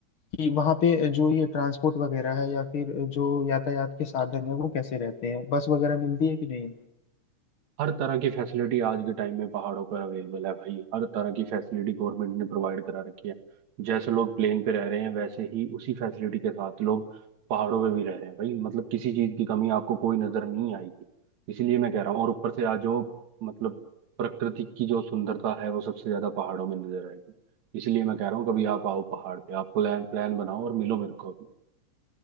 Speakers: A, on the left; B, on the right.
A: कि वहाँ पे जो ये ट्रांसपोर्ट वगैरह है या फिर जो यातायात के साधन है वो कैसे रहते हैं बस वगैरह मिलती है कि नहीं
B: हर तरह की फैसिलिटी आज के टाइम में पहाड़ों पर अवेलेबल है भाई हर तरह की फैसिलिटी गवर्नमेंट ने प्रोवाइड करा रखी है जैसे लोग प्लेन पे रह रहे हैं वैसे ही उसी फैसिलिटी के साथ लोग पहाड़ों पे भी रह रहे हैं भाई मतलब किसी चीज की कमी आपको कोई नजर नहीं आएगी इसीलिए मैं कह रहा हूँ और ऊपर से आज जो मतलब प्रकृति की जो सुंदरता है वो सबसे ज्यादा पहाड़ों में नजर आएगी इसलिए मैं कह रहा हूँ कभी आप आओ पहाड़ पे आप प्लान प्लान बनाओ और मिलो मेरे को अभी